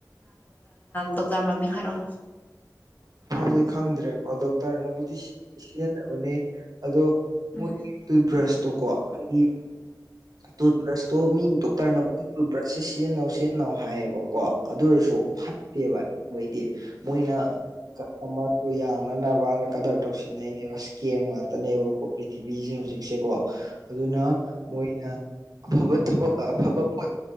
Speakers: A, on the left (about 20°); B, on the right (about 60°).
A: ꯗꯧꯗꯥꯔ ꯃꯃꯤꯡ ꯍꯥꯏꯔꯣꯑꯣ
B: ꯗꯤ ꯈꯪꯗ꯭ꯔꯦꯀꯣ ꯗꯣꯛꯇꯔꯅꯕꯨꯗꯤ ꯁꯤꯖꯤꯟꯅꯕꯅꯤ ꯑꯗꯣ
A: ꯎꯣꯏ
B: ꯇꯨꯠ ꯕ꯭ꯔꯁꯇꯣꯀꯣ ꯍꯥꯏꯗꯤ ꯇꯨꯠ ꯕ꯭ꯔꯁꯇꯣ ꯃꯤ ꯗꯣꯛꯇꯔꯅꯕꯨ ꯇꯨꯠ ꯕ꯭ꯔꯁꯁꯦ ꯁꯤꯖꯤꯟꯅꯧ ꯁꯤꯖꯤꯟꯅꯧ ꯍꯥꯏꯌꯦꯕꯀꯣ ꯑꯗꯨꯔꯁꯨ ꯐꯠꯇꯦꯕ ꯃꯣꯏꯗꯤ ꯃꯣꯏꯅ ꯀꯁꯇꯃꯔꯗꯨꯣ ꯌꯥꯝꯅꯅꯕꯅ ꯀꯗꯔ ꯇꯧꯁꯤꯟꯅꯩꯅꯦꯕ ꯏꯁꯀꯦꯝ ꯉꯥꯛꯇꯅꯦꯕꯀꯣ ꯄ꯭ꯔꯤꯊꯤꯕꯤꯁꯤ ꯍꯧꯖꯤꯛꯁꯦꯀꯣ ꯑꯗꯨꯅ ꯃꯣꯏꯅ ꯑꯐꯕ ꯊꯕꯛ ꯑꯐꯕ ꯄꯣꯠ